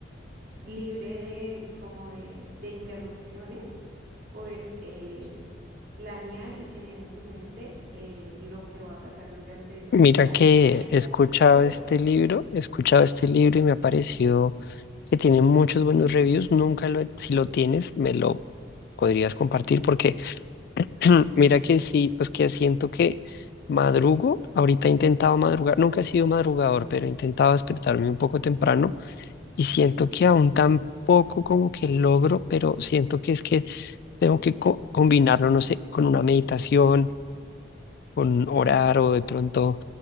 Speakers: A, on the right (about 60°); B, on the left (about 60°).
A: s- libre de como de, de interrupciones, poder eh, planear y tener en tu mente eh, lo que va a pasar durante tu
B: Mira
A: día
B: que
A: de una manera
B: he escuchado
A: productiva.
B: este libro, he escuchado este libro y me ha parecido que tiene muchos buenos reviews. Nunca lo, he- si lo tienes, me lo podrías compartir porque <clears throat> Mira que sí, pues que siento que madrugo, ahorita he intentado madrugar, nunca he sido madrugador, pero he intentado despertarme un poco temprano y siento que aún tampoco como que logro, pero siento que es que tengo que co- combinarlo, no sé, con una meditación con orar o de pronto